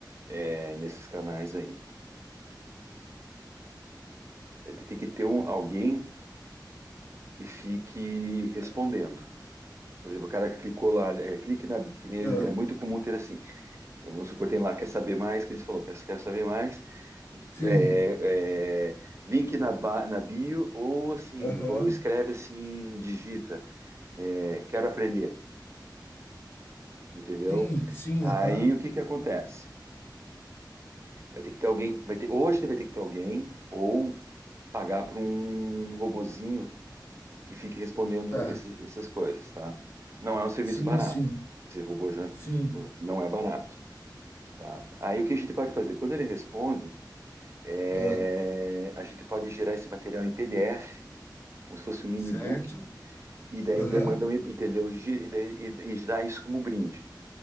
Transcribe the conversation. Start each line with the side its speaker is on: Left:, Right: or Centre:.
Right: é, nesses canais aí, é, tem que ter um, alguém que fique respondendo. Por exemplo, o cara que clicou lá, é, clique na, que nem,
Left: Ah,
Right: é muito comum ter assim, Vamos supor, tem lá, quer saber mais? Que eles falou, quer, quer saber mais?
Left: sim,
Right: É, é, link na, ba- na bio, ou assim,
Left: aham,
Right: ou escreve assim, digita, é, quero aprender, entendeu?
Left: sim, sim,
Right: Aí
Left: aham,
Right: o que que acontece? Vai ter que ter alguém, vai ter, hoje vai ter que ter alguém, ou pagar para um robozinho que fique respondendo
Left: tá,
Right: esses, essas coisas, tá? Não é um serviço
Left: sim,
Right: barato.
Left: sim,
Right: Esse robô já
Left: sim,
Right: não é barato, tá? Aí o que a gente pode fazer? Quando ele responde, É,
Left: ah,
Right: a gente pode gerar esse material em PDF, como se fosse um mini
Left: certo,
Right: book, e daí
Left: aham.
Right: demandam, entendeu? Gi- E, daí, e, e dá isso como brinde.